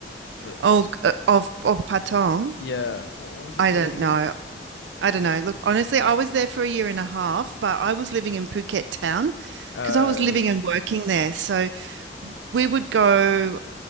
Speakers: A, on the left; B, on the right.
A: that
B: Oh,
A: that's
B: g- uh, of of Patong,
A: yeah what what was it
B: I
A: called
B: don't
A: again?
B: know. I don't know.
A: Uh,
B: Look, honestly, I was there for a year and a half, but I was living in Phuket town
A: Oh
B: because I was living
A: yeah
B: and working there. So we would go.